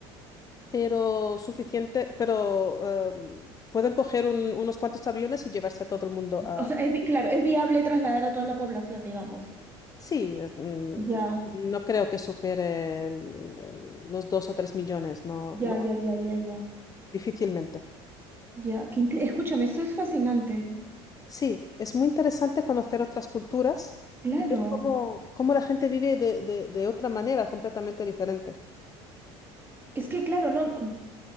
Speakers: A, on the left (about 25°); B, on the right (about 15°).
A: pero suficiente, pero em, pueden coger un- unos cuantos aviones y llevarse a todo el mundo a,
B: O sea, es,
A: a
B: vi-
A: Fiji.
B: claro, es viable trasladar a toda la población, digamos.
A: Sí, es, mm,
B: Ya,
A: no creo que supere el- el- los dos o tres millones, no,
B: ya,
A: no,
B: ya, ya, ya, ya.
A: difícilmente.
B: Ya, qué inte- escúchame, esto es fascinante.
A: Sí, es muy interesante conocer otras culturas
B: Claro.
A: y ver cómo, cómo la gente vive de, de de otra manera completamente diferente.
B: Es que, claro, no, no